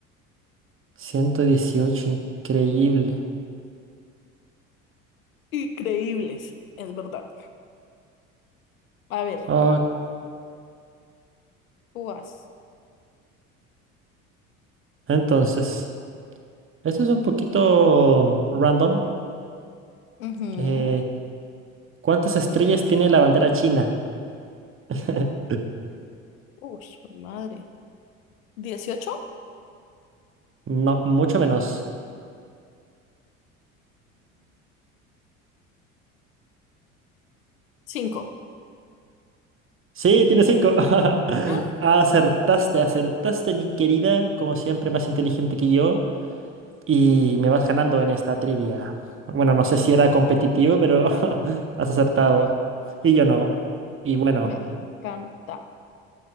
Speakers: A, on the right (about 30°); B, on the left (about 75°).
A: ciento dieciocho increíble.
B: Increíble, sí, es verdad. A ver,
A: Ok.
B: tú vas.
A: Entonces, esto es un poquito mm, random.
B: Ujú.
A: Eh, ¿Cuántas estrellas tiene la bandera china? <laughs>
B: Uy, jue madre. dieciocho
A: No, mucho menos.
B: Cinco.
A: Sí, tiene cinco. <laughs>
B: ¡Ah!
A: Acertaste, acertaste, mi querida. Como siempre, más inteligente que yo. Y me vas ganando en esta trivia. Bueno, no sé si era competitivo, pero <laughs> has acertado. Y yo no. Y bueno.
B: Me encanta.